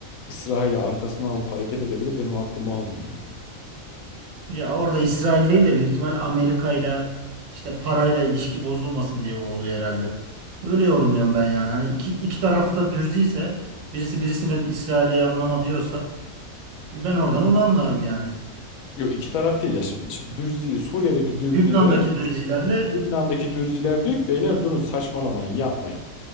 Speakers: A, on the left; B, on the right.
A: İsrail'i arkasına alıp hareket edebilir benim aklımı almıyor ya.
B: Ya orada İsrail değil de büyük ihtimal Amerika ile işte parayla ilişki bozulmasın diye o oluyor herhalde. Öyle yorumluyorum ben yani. Hani iki, iki tarafta dürzi ise birisi birisine İsrail'e yanlama diyorsa ben oradan onu anlarım yani.
A: Yo iki taraf değil ya şimdi, şimdi Dürzi, Suriye'deki Dürzilere
B: Lübnan'daki dürzilerle
A: Lübnan'daki Dürziler diyor ki beyler durun saçmalamayın yapmayın.